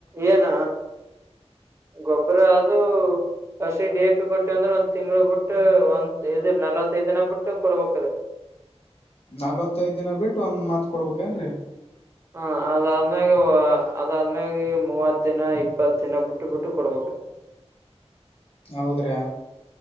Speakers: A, on the right; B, on the left.
A: ಏನ ಗೊಬ್ಬರ ಅದುೂ ಹಸಿ ಡಿ ಎ ಪಿ ಕೊಟ್ಟಿವ ಅಂದ್ರೆ ಒಂದ ತಿಂಗಳ ಬಿಟ್ಟು ಒಂದ್ ಇದಲ್ ನಲ್ವತ್ತೈದು ದಿನ ಬಿಟ್ಟು ಕೊಡ್ಬೇಕ್ರೀ <inaudible>
B: ನಲ್ವತ್ತೈದ ದಿನ ಬಿಟ್ಟು ಒಂದ್ ಮಾತ್ ಕೊಡ್ಬೇಕೇನ್ರರಿ
A: ಹ ಅದಾದ್ಮ್ಯಾಗ ಅದಾದ್ಮ್ಯಾಗ ಮೂವತ್ ದಿನ ಇಪ್ಪತ್ ದಿನ ಬಿಟ್ಟು ಬಿಟ್ಟು ಕೊಡ್ಬೇಕು <inaudible>
B: ಹೌದ್ರಾ